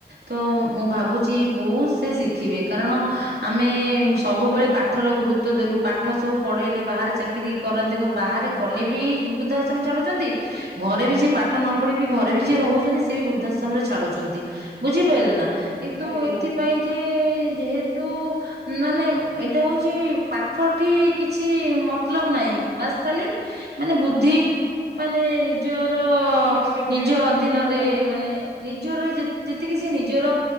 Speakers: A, on the right; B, on the right.
A: ତ ମୁଁ ଭାବୁଛି ବୋହୁତ୍ ସେ ଶିଖିବେ କାରଣ ଆମେ ସବୁବେଳେ ପାଠ ର ଗୁରୁତ୍ଵ ଦେଲୁ। ପାଠ ସବୁ ପଢେଇ ଲେ। ବାହାରେ ଚାକିରି କରନ୍ତି ଦେଖ ବାହାରେ କଲେବି ବୃଦ୍ଧଶ୍ରମ ଛାଡୁଛନ୍ତି। ଘରେବି ଯେ ପାଠ ନ ପଢ଼ି ବି ଘରେ ବି ଜେ ରୋହୁଚନ୍ତି ସେ ବୃଦ୍ଧାଶ୍ରମ ରେ ଛାଡୁଛନ୍ତି। ବୁଝି ପାଇଲେନା। ଇଦୁ
B: ଆଜ୍ଞା
A: ଏଥି ପାଇଁ ଜେ ଯେହେତୁ ମାନେ ଏଇଟା ହଉଛି ପାଠ ଠି କିଛି ମତ୍ ଲବ୍ ନାହିଁ ବାସ୍ ଖାଲି ମାନେ ବୁଦ୍ଧି ମାନେ ନିଜ ନିଜ
B: ନିଜର ବିବେକ
A: ନିଜ ଅଧୀନରେ
B: ଖଟ
A: ମାନେ ନିଜର ଜେ ଜେ କି ସେ ନିଜର